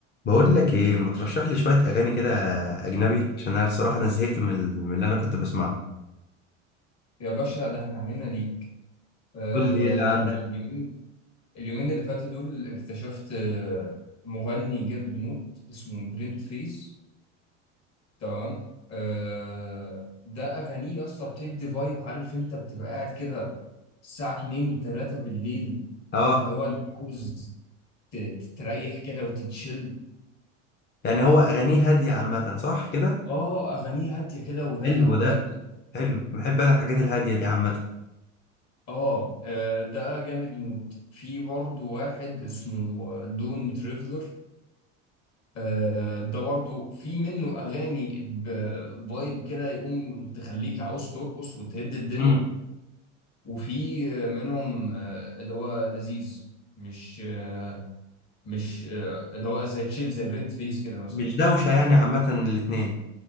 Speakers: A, on the left; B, on the left.
A: بقول لك ايه ما ترشح لي شويه اغاني كده اجنبي عشان انا الصراحه انا زهقت من ال- من اللي انا كنت بسمعه
B: يا باشا ده احنا عنينا ليك آه
A: قول لي ايه اللي عندك
B: انا اليومين اليومين اللي فاتوا دول اكتشفت آه، مغني جامد موت اسمه برنت فيس تمام آه ده اغانيه يا اسطى بتدي فايب عارف انت بتبقى قاعد كده الساعة 2 3 بالليل
A: اه
B: اللي هو انت عاوز ت- تستريح كده وتتشل
A: يعني هو اغانيه هاديه عامه صح كده
B: اه اغانيه هادية كده ورايقة
A: حلو ده
B: فاهم
A: حلو بحب انا الحاجات الهاديه دي عامه
B: اه آه، ده جامد موت في برضه واحد اسمه دون تريفلر آه، ده برضو في منه اغاني بفايب كده يقوم تخليك عاوز ترقص وتهد الدنيا
A: امم
B: وفي آه، منهم آه، اللي هو لذيذ مش آه، مش آه، اللي هو زي تشيل زي برنت فيس كده مثلا
A: مش دوشه يعني عامه الاتنين